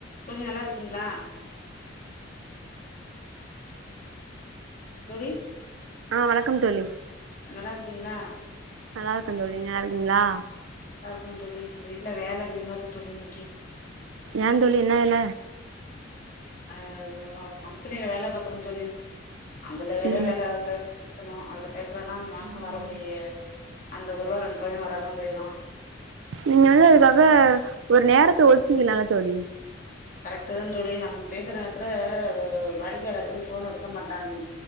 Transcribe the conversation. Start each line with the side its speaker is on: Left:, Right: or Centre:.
Left: தோழி நல்லாருக்கீங்ளா தோழி
Right: ஆ வணக்கம் தோழி
Left: நல்லாருக்கீங்ளா
Right: நல்லாருக்க தோழி நல்லாருக்கீங்ளா
Left: நல்லாருக்கோ தோழி வீட்ல வேல அதிகமா இருக்கு தோழி இன்னைக்கு
Right: ஏன் தோழி என்ன வேல
Left: அ நா ஒரு கம்பெனில வேல பாக்குற தோழி அதுல வர
Right: ம்
Left: வேல அதுல பேசணு அதுல பேசலன்னா அந்த மாச
Right: ம்
Left: வரக்கூடிய அந்த ஒரு ரூவா ரெண்டு ரூவாயு வராம போய்ரு
Right: நீங்க வந்து அதுக்காக ஒரு நேரத்த ஒதுக்கிக்கலால தோழி
Left: கரெக்ட்தா தோழி நம்ம பேசுற நேத்துல வாடிக்கையாளர்கள் ஃபோன் எடுக்க மாட்டாங்க